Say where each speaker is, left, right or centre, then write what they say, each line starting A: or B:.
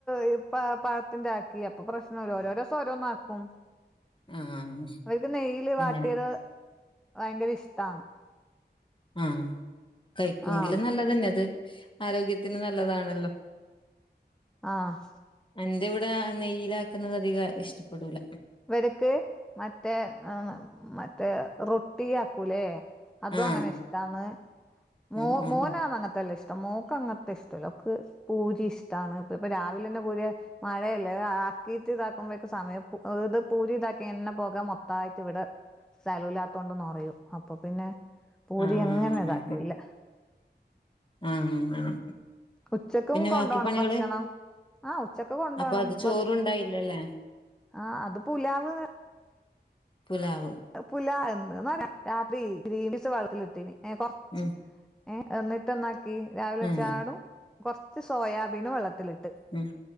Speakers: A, in the centre; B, on the left.
A: ഇവ് പ പഴത്തിന്റെ ആക്കി അപ്പൊ പ്രശ്നല്ല ഓരോരോ ദിവസം ഓരോന്നാക്കും
B: ആഹ്
A: അവർക്ക് നെയ്യില് വാട്ടിയത്
B: അങ്ങനെ
A: ഭയങ്കര ഇഷ്ടാണ്
B: ആഹ് കഴിക്കെങ്കില്
A: ആഹ്
B: നല്ലതന്നെ അത് ആരോഗ്യത്തിന് നല്ലതാണല്ലോ
A: ആഹ്
B: അന്റെ ഇവിടെ നെയിലാക്കുന്നത് അധികം ഇഷ്ടപ്പെടൂല
A: ഇവർക്ക് മറ്റേ മറ്റേ റൊട്ടിയാക്കൂലേ അതും
B: ആഹ്
A: അങ്ങനെ ഇഷ്ടാന്ന് മോ
B: ആഹ് ആഹ്
A: മോനാന്ന് അങ്ങനത്തെല്ലാം ഇഷ് ടം മോക്ക് അങ്ങത്തെ ഇഷ്ടല്ല ഓക്ക് പൂരി ഇഷ്ടാണ് ഇപ്പ ഇപ്പൊ രാവിലെ തന്നെ പൂരി മഴയല്ലെ ആക്കീറ്റ് ഇതാക്കുമ്പോഴേക്കും സമയം പോ അത് പൂരി ഇതാക്കി എണ്ണ പൊക മൊത്തായിട്ട് ഇവിടെ സ്ഥലല്ലാത്തോണ്ട് നറയും അപ്പൊ പിന്നെ പൂരി
B: ആഹ്
A: അങ്ങനെ ഇതാക്കലില്ല
B: ആ അങ്ങനെ
A: ഉച്ചക്കും
B: പിന്നെ
A: കൊണ്ടോണം
B: ബാക്കി പണികള്
A: ഭക്ഷണം ആഹ് ഉച്ചക്ക് കൊണ്ടോണം
B: അപ്പൊ അത് ചോറുണ്ടായില്ലല്ലേ
A: ഭക് ആഹ് അത് പുലാവ്
B: പുലാവ്
A: പുലാ എന്ന് രാത്രി ഗ്രീമ്പിസ് വെള്ളത്തിലിട്ടീനി കൊറച്ച്
B: ഉം
A: ഏയ് എന്നിട്ട് എന്നാക്കി രാവിലെ വെച്ചാടും
B: ഉം
A: കുറച്ച് സോയാബീനും വെള്ളത്തിലിട്ട്
B: ഉം